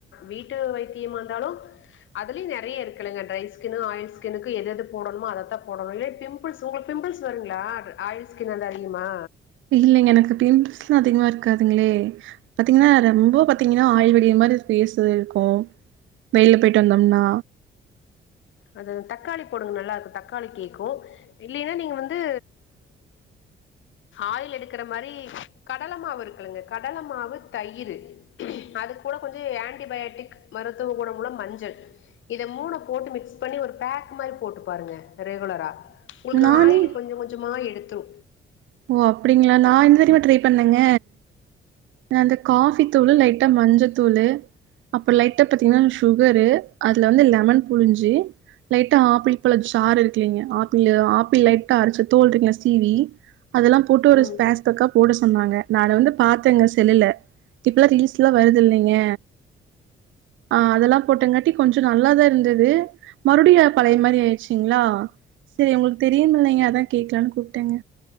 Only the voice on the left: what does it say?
வீட்டு வைத்தியமா இருந்தாலும் அதுலயும் நறைய இருக்குல்லங்க ட்ரை ஸ்கின்னு ஆயில் ஸ்கின்னுக்கு எது எது போடணுமோ அதைத்தான் போடணும் இல்ல பிம் பிம்பிள்ஸ் உங்களுக்கு பிம்பிள்ஸ் வருங்களா ஆயில் ஸ்கின்னா இருந்தா அதிகமா
அது தக்காளி போடுங்க நல்லா இருக்கு தக்காளி கேட்கு இல்லின்னா நீங்க வந்து ஆயில் எடுக்கிற மாறி கடல மாவு இருக்குல்லங்க கடல மாவு தயிரு அது கூட கொஞ்சோ ஆன்டிபயாட்டிக் மருத்துவகுண உள்ள மஞ்சள் இத மூண போட்டு மிக்ஸ் பண்ணி ஒரு பேக் மாறி போட்டு பாருங்க ரெகுலரா உங்களுக்கு
ஆயில் கொஞ்சோ கொஞ்சோமா எடுத்துரு
ம்